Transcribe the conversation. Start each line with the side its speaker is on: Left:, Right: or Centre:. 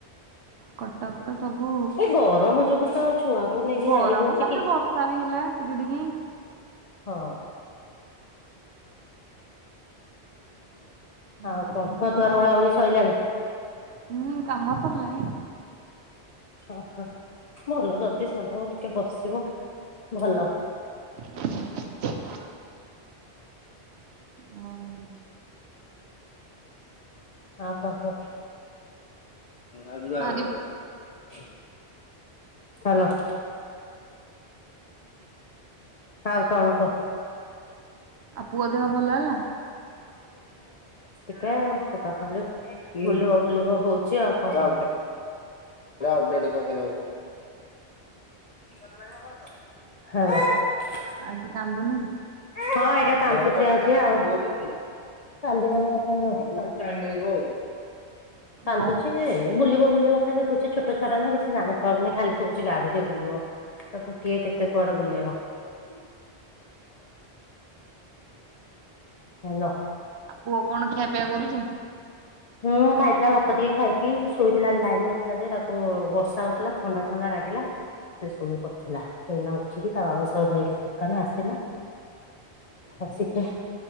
Right: କଟକ ର ସବୁ
Left: ଏଇ ଗରମ ଯୋଗୁ ତ ଛୁଆଙ୍କୁ ନେଇକି
Right: ଗରମ
Left: ଯାଇ ହଉଛି
Right: ତାପରେ
Left: କି
Right: ବର୍ଷା ବି ହେଲା ଟିକେ କିଡିିକି।
Left: ହଁ। ଆଉ
Right: ଗରମ
Left: କ
Right: ବି
Left: ଘ ଦୁଆର
Right: ହେଲା।
Left: ଓଳା ଉଳି ସରଲାଣି।
Right: ହୁଁ କାମ ସରିଲାଣୀ।
Left: ଓହୋ ଭଲ ଜଲଦି ସାରିଦବ ଟିକେ ବସିବ ଭଲ।
Right: <inaudible> ହଉ <inaudible>
Left: ହାଁ କ କ ଆଜିି ବହାର
Right: ଭାରି
Left: କଦବା ହାଲୋ। ଆଉ କଣ କହ?
Right: ଆ ପୁଅ ଦେହ ଭଲ ହେଲା?
Left: କ ସେତ ଖାଲି ବୁଲିବ ବୁଲିବ ହଉଛି ଆଉ କଣ। ହେରା ଅପ୍ଡେଟ୍ କରିଦେଲେ ହବ। ହଁ। <unintelligible>
Right: ଆଜି କାନ୍ଦୁନି?
Left: ହଁ ଏଇଟା କାନଛି ଆଜି ଆଉ। <unintelligible> କାଲି ଆମ <inaudible> କାନ୍ଦୁଛି
Right: କଣ
Left: ଏ ବୁଲିବ ବୁଲିବ ଖାଲି କୁଛି ଛୋଟ ଛୁଅଟା ନା କିଛି ଜାଣି ପାରୁନି ଖାଲି କହୁଚି ଗଡିରେ ବୁଲିବ ତାକୁ କିଏ କେତେ କୁଆଡେ ବୁଲେଇବ ଅହ୍। ହେଲ
Right: ଆ ପୁଅ କଣ ଖିଆପିଆ କରୁଛି?
Left: ହୁଁ ଖାଇଥିଲା ଭାତ ଟିକେ ଖାଇକି ଶୋଇଥିଲା ଲାଇନ୍ ନଥିଲା ଯେ ତାକୁ ବର୍ଷା ହଉଥିଲା ଥଣ୍ଡା ଥଣ୍ଡା ଲାଗିଲା। ସେ ଶୋଇ ପଡ଼ିଥିଲା ଏଇନା ଉଠିକି ତା ବାବା ସହ ଯାଇଛି ଦୋକାନ ଆସିଥିଲା। ଆସିକି